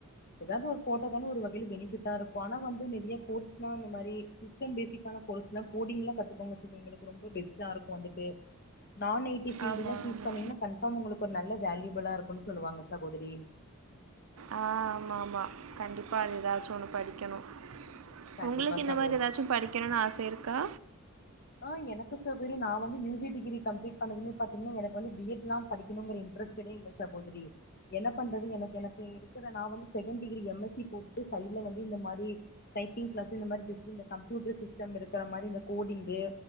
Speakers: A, on the left; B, on the right.
A: எதாவ்து ஒரு போட்ட தான ஒரு வகையைல பெனிஃபிட்டா இருக்கு ஆனா வந்து நெறையா கோர்ஸ்லா இந்த மாரி சிஸ் ஸ்டம் பேசிக்கான கோர்ஸ்லா கோடிங்லா கத்துக்கோங்க இது ஒங்களுக்கு ரொம்ப பெஸ்ட்டா இருக்கு வந்துட்டு நான் ஐ டி டி ஃபீல்டுலா
B: ஆமாம்
A: சூஸ்
B: ஆமாம்
A: பண்ணீங்கனா கன்பார்ம் உங்களுக்கு ஒரு நல்ல வேல்யூபலா இருக்குன்னு சொல்லுவாங்க சகோதரி
B: ஆ ஆமாம்மா கண்டிப்பா அது எதாச்சு ஒன்னு படிக்கணு
A: கண்டிப்பா
B: ஒங்களுக்கு இந்த
A: சகோதரி
B: மாரி எதாச்சு படிக்கணுனு ஆச இருக்கா
A: ஆ எனக்கு சகோத்ரி நா வந்து யூ ஜி டிகிர கம்ப்ளீட் பண்ணதுமே பாத்தீங்னா எனக்கு வந்து பி எட் லா படிக்கணுங்கிற இன்ட்ரஸ்டடே இல்ல சகோதரி என்ன பண்றது எனக்கு எனக்கு எடுக்குற நா வந்து second degree M S C போட்டுட்டு சைட்ல வந்து இந்த மாரி டைப்பிங் கிளாஸு இந்த மாரி ஜஸ்ட் இந்த கம்ப்யூட்டர் சிஸ்டம் இருக்குற மாரி இந்த கோடிங்கு